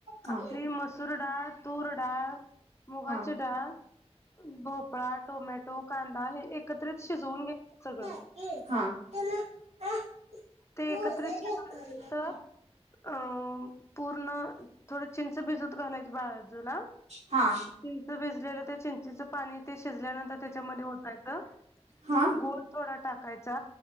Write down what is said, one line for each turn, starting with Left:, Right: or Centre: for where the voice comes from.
Right: हा
Left: आपली मसूर डाळ तूर डाळ मुगाची
Right: हा
Left: डाळ भोपळा टोमॅटो कांदा हे एकत्रित शिजवून घेत सगळं
Right: हा त्यालाला
Left: ते एकत्रित
Right: घ
Left: शिजवल्यानंतर अ पूर्ण थोडं चिंच भिजत घालायची बाळजूला
Right: हा
Left: चिंच भेजलेलं त्या चिंचेच पाणी ते शिजल्यानंतर त्याच्यामध्ये होता येतं
Right: हा
Left: गोड. थोडा टाकायचा